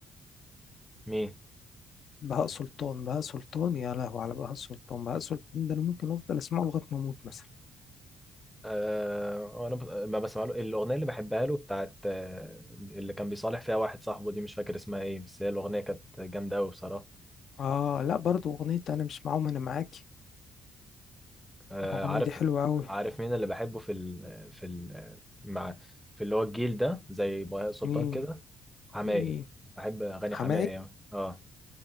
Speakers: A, in the centre; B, on the left.
A: مين
B: بهاء سلطان بهاء سلطان يا لهو على بهاء سلطان بهاء سلطان ده أنا ممكن أفضل أسمعه لغاية ما أموت مثلا
A: آه انا ب... ما بسمع له الاغنيه اللي بحبها له بتاعت آه اللي كان بيصالح فيها واحد صاحبه دي مش فاكر اسمها ايه بس هي الاغنيه كانت جامده قوي بصراحه
B: اه لا برضو اغنية انا مش معاهم انا معاكي
A: آه
B: الاغنية
A: عارف
B: دي حلوة اوي
A: عارف مين اللي بحبه في ال... في ال... مع في اللي هو الجيل ده زي بهاء سلطان
B: مين
A: كده حماقي
B: مين
A: بحب اغاني
B: حماقي
A: حماقي أوي. اه